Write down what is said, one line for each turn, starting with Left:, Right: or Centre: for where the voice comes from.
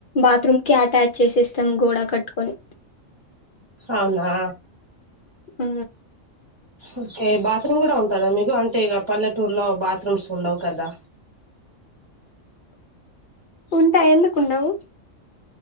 Left: బాత్రూమ్ కి అటాచ్ చేసి ఇస్తాం గోడ కట్టుకొని
Right: అవునా
Left: ఉ
Right: ఓకే బాత్రూమ్ కూడా ఉంటదా మీకు అంటే ఇగ పల్లెటూర్లో బాత్రూమ్స్ ఉండవు కదా
Left: ఉంటాయి ఎందుకుండవు